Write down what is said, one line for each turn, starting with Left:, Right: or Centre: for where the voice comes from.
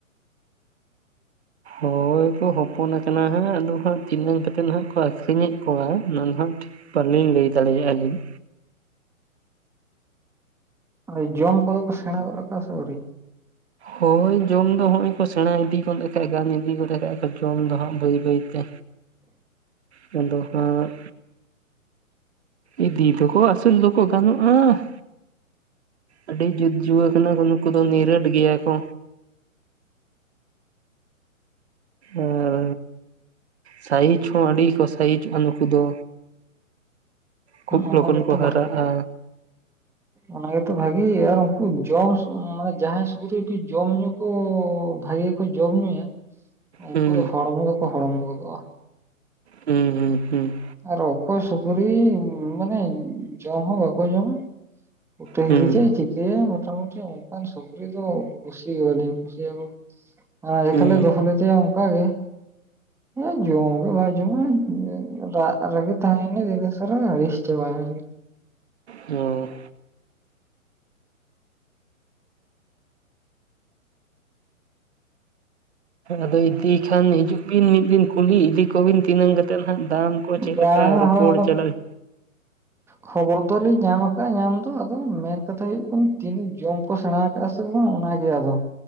Right: ᱦᱳᱭ ᱠᱚ ᱦᱚᱯᱚᱱ ᱟᱠᱟᱱᱟ ᱦᱟᱸᱜ ᱟᱫᱚ ᱦᱟᱸᱜ, ᱛᱤᱱᱟᱹᱝ ᱠᱟᱛᱮᱫ ᱦᱟᱸᱜ ᱠᱚ ᱟᱹᱠᱷᱨᱤᱧᱮᱫ ᱠᱚᱣᱟ ᱚᱱᱟ ᱫᱚ ᱦᱟᱸᱜ ᱴᱷᱤᱠ ᱵᱟᱹᱞᱤᱧ ᱞᱟᱹᱭ ᱫᱟᱲᱮᱭᱟᱜᱼᱟ ᱞᱤᱧ᱾
Centre: ᱟᱨ ᱡᱚᱢ ᱠᱚᱫᱚ ᱠᱚ ᱥᱮᱬᱟ ᱜᱚᱫᱽ ᱟᱠᱟᱫᱟ‌‌ ᱥᱮ ᱟᱣᱨᱤ?
Right: ᱦᱳᱭ ᱡᱚᱢ ᱫᱚ ᱦᱚᱸᱜᱼᱚᱭ ᱠᱚ ᱥᱮᱬᱟ ᱤᱫᱤ ᱜᱚᱫ ᱟᱠᱟᱫ ᱜᱮ ᱤᱫᱤ ᱜᱚᱫ ᱠᱟᱜᱼᱟ ᱠᱚ ᱡᱚᱢ ᱫᱚ ᱦᱟᱸᱜ ᱵᱟᱹᱭ ᱵᱟᱹᱭᱛᱮ,
Centre: <inaudible>
Right: ᱟᱫᱚ ᱦᱟᱸᱜ, ᱤᱫᱤ ᱫᱚᱠᱚ ᱟᱥᱩᱞ ᱫᱚᱠᱚ ᱜᱟᱱᱚᱜᱼᱟ᱾ ᱟᱹᱰᱤ ᱡᱩᱛ ᱡᱩᱭᱟᱹ ᱠᱟᱱᱟ ᱠᱚ ᱱᱩᱠᱩ ᱫᱚ ᱱᱤᱨᱟᱹᱴ ᱜᱮᱭᱟ ᱠᱚ ᱟᱨ ᱥᱟᱭᱤᱡ ᱦᱚᱸ ᱟᱹᱰᱤ ᱠᱚ ᱥᱟᱭᱤᱡᱚᱜᱼᱟ ᱱᱩᱠᱩ ᱫᱚ᱾ ᱠᱷᱩᱵ
Centre: ᱚᱱᱟ
Right: ᱞᱚᱜᱚᱱ
Centre: ᱜᱮᱛᱚ
Right: ᱠᱚ
Centre: ᱵᱟ
Right: ᱦᱟᱨᱟᱜᱼᱟ᱾
Centre: ᱚᱱᱟ ᱜᱮᱛᱚ ᱵᱷᱟᱜᱤ, ᱟᱨ ᱩᱱᱠᱩ ᱡᱚᱢ ᱢᱟᱱᱮ ᱡᱟᱦᱟᱸᱭ ᱥᱩᱠᱨᱤ ᱠᱚ ᱡᱚᱢ ᱧᱩ, ᱩᱱᱠᱩ ᱵᱷᱟᱜᱮ ᱠᱚ ᱡᱚᱢ ᱧᱩᱭᱟ, ᱳᱱᱠᱳ
Right: ᱦᱩᱸ
Centre: ᱫᱚ ᱦᱚᱲᱢᱚ ᱫᱚᱠᱚ ᱦᱚᱲᱢᱚ ᱜᱚᱫᱚᱜᱼᱟ᱾
Right: ᱦᱩᱸ ᱦᱩᱸ ᱦᱩᱸ᱾
Centre: ᱟᱨ ᱚᱠᱚᱭ ᱥᱩᱠᱨᱤ ᱢᱟᱱᱮ ᱡᱚᱢ ᱦᱚᱸ ᱵᱟᱠᱚ ᱡᱚᱢᱟ᱾ ᱩᱴᱟᱹ
Right: ᱦᱩᱸ
Centre: ᱦᱤᱨᱤᱪᱟᱭ
Right: ᱦᱩᱸ
Centre: ᱪᱤᱠᱟᱹᱭᱟ ᱢᱚᱴᱟᱢᱩᱴᱤ ᱚᱱᱠᱟᱱ ᱥᱩᱠᱨᱤ ᱫᱚ ᱠᱩᱥᱤ ᱜᱮ ᱵᱟᱹᱞᱤᱧ ᱠᱩᱥᱤᱭᱟᱠᱚ᱾ ᱟᱨ ᱮᱠᱷᱟᱞᱮ
Right: ᱦᱩᱸ
Centre: ᱫᱚᱦᱚ ᱞᱮᱫᱮᱭᱟ᱾ ᱚᱱᱠᱟ ᱜᱮ, ᱦᱮᱸ ᱡᱚᱢ ᱜᱮ ᱵᱟᱭ ᱡᱚᱢᱟ᱾ ᱫᱟᱜ ᱨᱮᱜᱮ ᱛᱟᱦᱮᱭᱮᱱᱟ ᱫᱤᱱᱟᱹᱥᱚᱨᱟ ᱟᱹᱲᱤᱥ ᱪᱟᱵᱟᱭ ᱱᱟᱞᱤᱧ᱾
Right: ᱚᱸᱻ ᱟᱫᱚ ᱤᱫᱤᱭ ᱠᱷᱟᱱ ᱦᱤᱡᱩᱜ ᱵᱤᱱ ᱢᱤᱜ ᱫᱤᱱ, ᱠᱩᱞᱤ ᱤᱫᱤ ᱠᱚᱵᱤᱱ ᱛᱤᱱᱟᱹᱝ ᱠᱟᱛᱮ? ᱱᱛᱮ ᱱᱟᱦᱟᱜ ᱫᱟᱢ ᱠᱚ ᱪᱮᱫ
Centre: ᱵᱟᱝ
Right: ᱞᱮᱠᱟ ᱨᱚᱯᱚᱲ
Centre: ᱦᱳᱭ ᱚᱱᱟ
Right: ᱪᱟᱞᱟᱜᱼᱟ
Centre: ᱠᱷᱚᱵᱚᱨ ᱫᱚᱞᱤᱧ ᱧᱟᱢ ᱟᱠᱟᱜᱼᱟ ᱧᱟᱢ ᱫᱚ ᱟᱫᱚ ᱢᱮᱱ ᱠᱟᱛᱷᱟ ᱦᱩᱭᱩᱜ ᱠᱟᱱᱟ ᱛᱤᱱᱟᱹᱜ ᱡᱚᱢ ᱠᱚ ᱥᱮᱬᱟ ᱥᱮ ᱵᱟᱝ ᱚᱱᱟᱜᱮ ᱟᱫᱚ